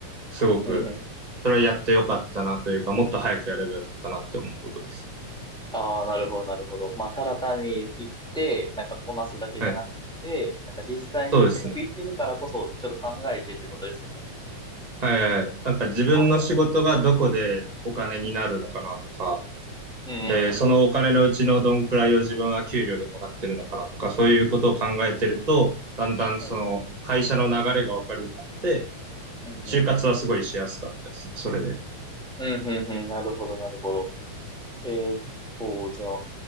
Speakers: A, on the right; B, in the centre.
A: すごく、
B: うんうんうん。
A: それはやってよかったなというか、もっと早くやればよかったなって思うことです。
B: ああ、なるほど、なるほど。まあ、ただ単に行って、なんかこなすだけじゃなくて、
A: はい。
B: なんか実際に、
A: そうですね。
B: せっかく行ってるからこそ、ちょっと考えてってことですよね。
A: はいはい。なんか自分の仕事がどこでお金になるのかなとか、
B: ああ、うん、うん、うん、
A: で、そのお金のうちのどんくらいを自分は給料でもらってるのかなとか、
B: うん、
A: そういうことを考えてると、だんだんその会社の流れがわかるようになって、
B: うん、うん、
A: 就活はすごいしやすかったですね、
B: うん、うん、う
A: それで。
B: ん、うん、うん、なるほど、なるほど。えーっと、じゃあ、